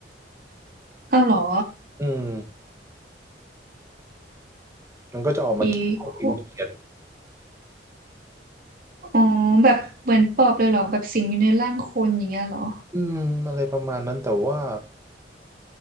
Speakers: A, on the right; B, on the right.
A: อ้าวเหรอ
B: อืมมันก็จะออกมากินของกินเขียด
A: อีโคอ๋อแบบเหมือนปอบเลยเหรอแบบสิงอยู่ในร่างคนอย่างเงี้ยเหรอ
B: อืมอะไรประมาณนั้นแต่ว่า